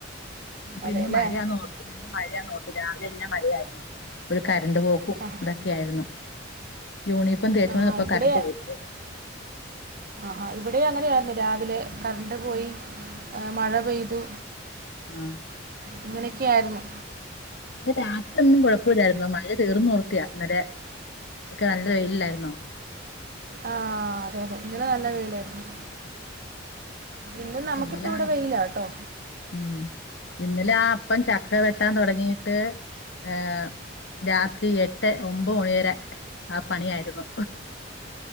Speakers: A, on the left; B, on the right.
A: അപ്പ
B: അതെല്ലേ
A: ഇന്ന് മഴയാന്ന് ഓർത്തു ഇന്ന് മഴ ഇന്ന് ഓർത്ത് രാവിലെന്നെ മഴയാരുന്നു ഒര് കരണ്ട് പോക്കും
B: ആ
A: ഇതൊക്കെ ആയിരുന്നു യൂണിഫം തേച്ചോണ്ട്
B: ആ,
A: ഇര്ന്നപ്പം
B: ഇവിടെ
A: കരണ്ട് പോയി അതെ
B: ആഹ് ഇവിടേയും അങ്ങനെ ആയിരുന്നു രാവിലെ കരണ്ട് പോയി മഴ ചെയ്തു.
A: ആഹ്
B: അങ്ങനെക്കെ ആയിരുന്നു
A: ഇന്ന് രാത്രീ ഒന്നും കൊഴപ്പല്ലായിരുന്നു മഴ തീർന്നു ഓ <unintelligible> ഇന്നലെ ഒക്കെ നല്ല വെയിലല്ലായിരുന്നോ
B: ആഹ് അതെ അതെ ഇന്നലെ നല്ല വെയിലായിരുന്നു ഇന്ന് നമുക്കിപ്പോ
A: ആഹ് ഇന്നലെ
B: ഇവിടെ
A: മം
B: വെയിലാ കേട്ടോ
A: ഇന്നലെ ആഹ് അപ്പം ചക്കവിട്ടൻ തുടങ്ങി ട്ട് ഏ രാത്രീ ഓമ്പോണിവര ആഹ് പണിയായിരുന്നു